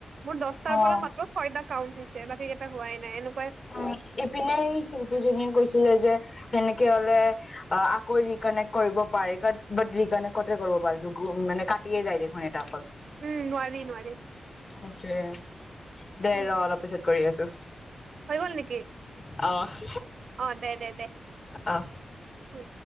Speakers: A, on the right; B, on the left.
A: মোৰ দহটাৰ পৰা
B: অ
A: মাত্ৰ ছয়টা কাউণ্ট হৈছে বাকিকেটা হোৱাই নাই এনে
B: অ', ইপিনে সেই চিল্পীজনীয়ে কৈছিলে যে সেনেকে হ'লে অ', আকৌ ৰিকানেক্ট কৰিব পাৰি বাত বাত ৰিকানেক্টতে কৰিব পাৰিছো মানে কাটিয়ে যায় দেখোন এটা কল।
A: উম, নোৱাৰি, নোৱাৰি।
B: সেইটোয়ে দে
A: উম
B: ৰ অলপ পিছত কৰি আছো।
A: হৈ গ'ল নেকি?
B: অ'।
A: অ', দে, দে, দে।
B: অ'।
A: উম